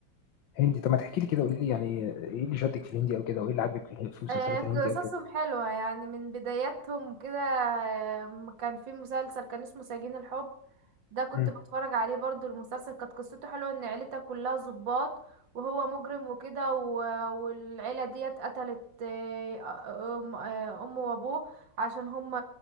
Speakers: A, on the left; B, on the right.
A: هندي طب ما تحكي لي كده قولي لي يعني ايه اللي شدك في الهندي او كده وايه اللي عاجبك في في المسلسلات
B: آه،
A: الهندي
B: قصصهم
A: او كده
B: حلوة يعني من بداياتهم كده آه، كان في مسلسل كان اسمه سجين الحب ده كنت
A: مم.
B: بتفرج عليه برضو المسلسل كانت قصته حلوة ان عيلتها كلها ضباط وهو مجرم وكده و- والعيلة ديت قتلت آه، آه، أم- آه، امه وابوه عشان هم